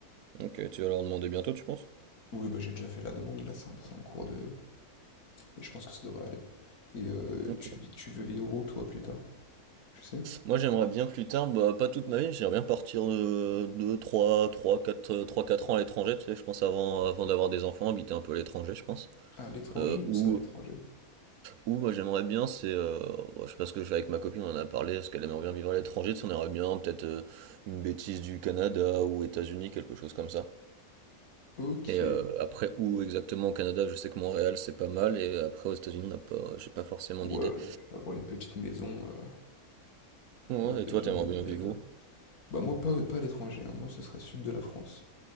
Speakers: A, on the right; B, on the left.
A: Ok, tu vas leur demander bientôt, tu penses?
B: Oui, bah, j'ai déjà fait la demande. Là, c'est en, c'est en cours de. Mais je pense que ça devrait aller. Et euh,
A: Ok.
B: tu, vis- tu veux vivre où, toi, plus tard? Tu sais?
A: Moi, j'aimerais bien plus tard, bah, pas toute ma vie, j'aimerais bien partir de 2, 3 3, 4, 3, 4 ans à l'étranger, tu sais, je pense avant, avant d'avoir des enfants, habiter un peu à l'étranger, je pense.
B: À l'étranger
A: Euh,
B: ou
A: ou,
B: ça, à l'étranger?
A: ou, moi, j'aimerais bien, c'est, euh, bon, je sais pas ce que je fais avec ma copine, on en a parlé, parce qu'elle aimerait bien vivre à l'étranger, tu sais, on aimerait bien, peut-être, euh, une bêtise du Canada ou États-Unis, quelque chose comme ça.
B: Ok.
A: Et euh, après où exactement au Canada, je sais que Montréal c'est pas mal, et après aux États-Unis, on n'a pas, j'ai pas forcément
B: Ouais,
A: d'idée.
B: avoir une petite maison euh,
A: Ouais,
B: aux États-Unis,
A: et toi, t'aimerais
B: au
A: bien
B: Canada.
A: vivre où?
B: Bah, moi, pas, pas à l'étranger. hein. Moi, ce serait sud de la France.